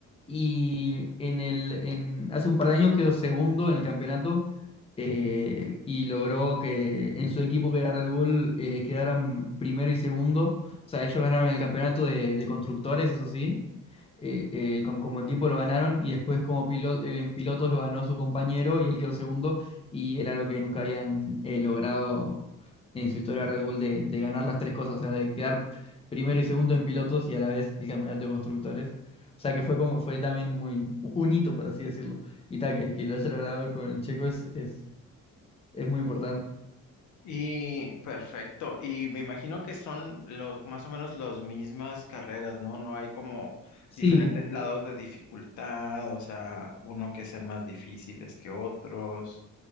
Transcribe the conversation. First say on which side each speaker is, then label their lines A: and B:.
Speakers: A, on the left; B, on the left.
A: y en el, en, hace un par de años quedó segundo en el campeonato eh, y logró que en su equipo, que era Red Bull, eh, quedaran primero y segundo. O sea, ellos ganaron el campeonato de, de constructores, eso sí, eh, eh, com- como, equipo lo ganaron y después como pilo- eh, en pilotos lo ganó su compañero y él quedó segundo y era algo que nunca habían eh, logrado en su historia Red Bull de, de ganar las tres cosas, o sea, de quedar primero y segundo en pilotos y a la vez el campeonato de constructores. O sea que fue como, fue también muy u- un hito, por así decirlo. Y tal, que, que lo haya logrado con Checo es, es, es muy importante.
B: Y perfecto, y me imagino que son los más o menos las mismas carreras, ¿no? No hay como
A: Sí,
B: diferentes lados de dificultad, o sea, uno que sean más difíciles que otros.